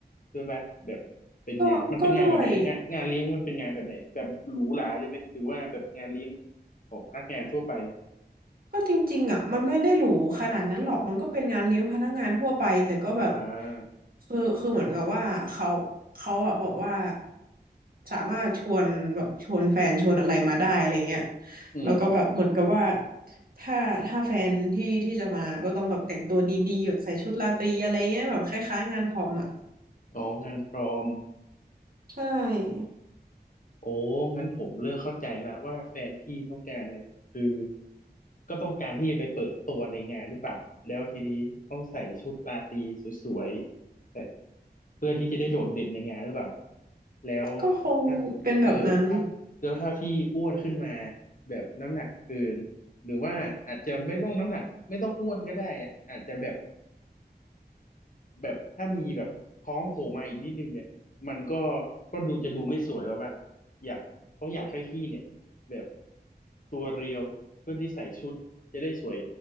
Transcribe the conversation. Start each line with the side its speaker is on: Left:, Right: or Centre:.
Left: ด้วยป่ะแบบเป็นงานมันเป็นงานแบบไหนอะงานงานเลี้ยงมันเป็นงานแบบไหนแบบหรูหราเลยไหมหรือว่าแบบงานเลี้ยง
Right: ก็ก็ด้วย
Left: ของพนักงานทั่วไป
Right: ก็จริงๆอ่ะมันไม่ได้หรูขนาดนั้นหรอกมันก็เป็นงานเลี้ยงพนักงานทั่วไปแต่ก็แบบ
Left: อ่า
Right: คือคือเหมือนกับว่าเขาเขาอ่ะบอกว่าสามารถชวนแบบชวนแฟนชวนอะไรมาได้อะไรเงี้ย
Left: อืม
Right: แล้วก็แบบเหมือนกับว่าถ้าถ้าแฟนที่ที่จะมาก็ต้องแบบแต่งตัวดีๆแบบใส่ชุดราตรีอะไรเงี้ยแบบคล้ายๆงานพรอมอ่ะ
Left: อ๋องานพรอม
Right: ใช่
Left: โอ้งั้นผมเลิ่มเข้าใจละว่าแฟนพี่ต้องการเลยคือก็ต้องการที่จะไปเปิดตัวในงานหรือเปล่าแล้วทีนี้ต้องใส่ชุดราตรีสวยๆแต่เพื่อที่จะได้โดดเด่นในงานหรือเปล่าแล้ว
Right: ก็คงเป็นแบบนั้น
Left: ถ้าเออถ้าแล้วถ้าพี่อ้วนขึ้นมาแบบน้ำหนักเกินหรือว่าอาจจะไม่ต้องน้ำหนักไม่ต้องอ้วนก็ได้อะอาจจะแบบ แบบถ้ามีแบบท้องโผล่มาอีกนิดนึงเนี่ยมันก็ก็ดูจะดูไม่สวยแล้วแบบอยากต้องอยากให้พี่เนี่ยแบบตัวเรียวเพื่อที่ใส่ชุดจะได้สวย